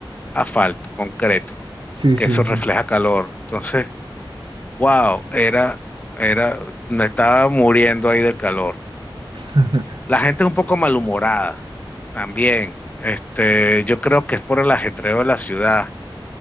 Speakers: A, on the left (about 15°); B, on the right (about 65°).
A: asfalto, concreto,
B: Sí,
A: que
B: sí,
A: eso refleja
B: sí.
A: calor. Entonces, wow, era, era, me estaba muriendo ahí del calor.
B: <laughs>
A: La gente es un poco malhumorada también. Este, yo creo que es por el ajetreo de la ciudad.